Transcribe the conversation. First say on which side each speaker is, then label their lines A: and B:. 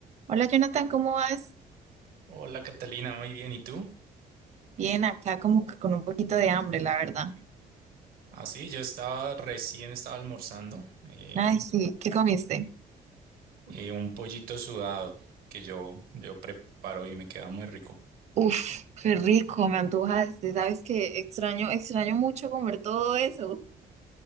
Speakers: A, on the right; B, on the right.
A: Hola Jonathan, ¿cómo vas?
B: Hola Catalina, muy bien. ¿Y tú?
A: Bien, acá como que con un poquito de hambre, la verdad.
B: Así, yo estaba recién estaba almorzando eh,
A: Ay, sí, ¿qué comiste?
B: eh, un pollito sudado que yo, yo preparo y me queda muy rico.
A: Uf, qué rico, me antojaste. ¿Sabes que Extraño, extraño mucho comer todo eso.